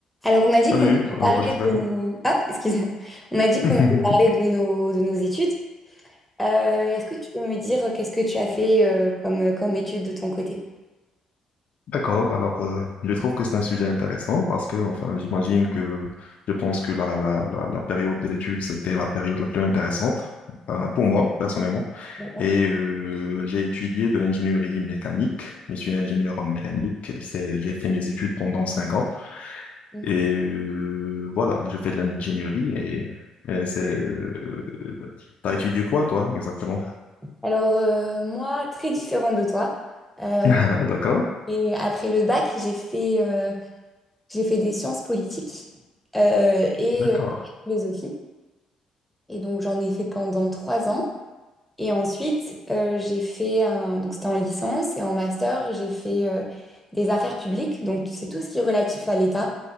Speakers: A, in the centre; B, on the left.
A: Alors, on m'a dit
B: Salut,
A: qu'on allait
B: alors
A: parler
B: je vais-
A: de nos... Ah, excuse-moi. On m'a dit qu'on
B: <laughs>
A: allait parler de nos, de nos études. Euh, est-ce que tu peux me dire euh, qu'est-ce que tu as fait euh, comme, euh, comme études de ton côté?
B: D'accord, alors euh, je trouve que c'est un sujet intéressant parce que, enfin, j'imagine que je pense que la, la, la, la période de l'étude, c'était la période la plus intéressante euh, pour moi, personnellement.
A: D'accord.
B: Et euh, j'ai étudié de l'ingénierie mécanique. Je suis ingénieur en mécanique. C'est, j'ai fait mes études pendant cinq ans.
A: Mhm.
B: Et euh, voilà, je fais de l'ingénierie et, et c'est... Euh, t'as étudié quoi, toi, exactement?
A: Alors, euh, moi, très différent de toi. Euh,
B: <laughs> D'accord,
A: et après le bac, j'ai fait euh, J'ai fait des sciences politiques euh, et
B: d'accord.
A: euh, philosophie. Et donc, j'en ai fait pendant trois ans. Et ensuite, euh, j'ai fait un... Donc, c'était en licence et en master, j'ai fait euh, des affaires publiques. Donc, c'est tout ce qui est relatif à l'État.